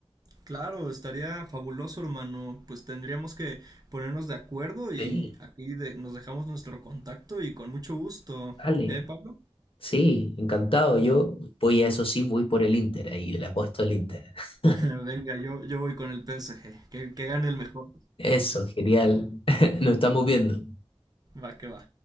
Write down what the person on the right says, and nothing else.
Claro, estaría fabuloso, hermano. Pues tendríamos que ponernos de acuerdo y
aquí de- nos dejamos nuestro contacto y con mucho gusto.
¿Eh, Pablo?
<laughs> Venga, yo, yo voy con el PSG. Que, que gane el mejor.
Va, que va.